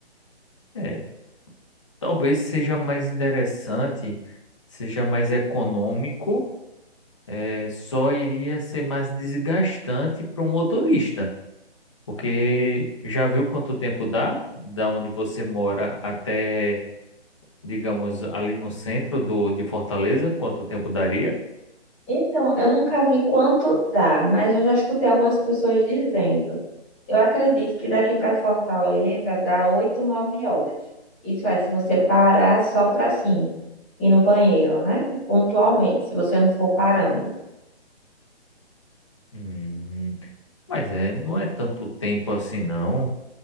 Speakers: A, on the left (about 25°); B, in the centre.
A: É, talvez seja mais interessante, seja mais econômico, é, só iria ser mais desgastante para o motorista. Porque já viu quanto tempo dá, da onde você mora até digamos, ali no centro do, de Fortaleza, quanto tempo daria?
B: Então, eu nunca vi quanto dá, mas eu já escutei algumas pessoas dizendo. Eu acredito que daqui para Fortaleza dá oito, nove horas. Isso é, se você parar só para assim, ir no banheiro, né? Pontualmente, se você não for parando.
A: Hum, mas é, não é tanto tempo assim, não.